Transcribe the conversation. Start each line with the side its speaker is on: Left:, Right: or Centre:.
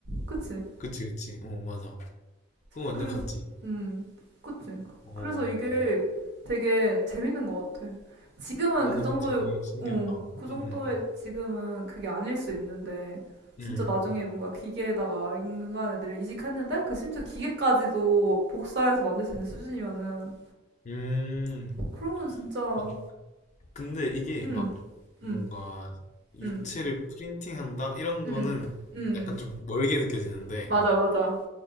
Right: 그치.
Left: 그치, 그치. 어, 맞아. 그건 완전
Right: 그래,
Left: 같지.
Right: 음, 그치.
Left: 어,
Right: 그래서 이게 되게 재밌는 것 같아. 지금은
Left: 오,
Right: 그 정도의,
Left: 근데 되게 신기하다.
Right: 어, 그 정도의
Left: 응, 응,
Right: 지금은 그게 아닐 수 있는데, 진짜
Left: 응,
Right: 나중에 뭔가 기계에다가 인간 애들을 이식했는데, 그 심지어 기계까지도 복사해서 만들 수 있는 수준이면은,
Left: 음. 음.
Right: 그러면 진짜,
Left: 음. 근데 이게
Right: 음,
Left: 막 뭔가
Right: 음.
Left: 육체를
Right: 음,
Left: 프린팅한다 이런
Right: 음,
Left: 거는
Right: 음,
Left: 약간 좀 멀게 느껴지는데
Right: 맞아, 맞아.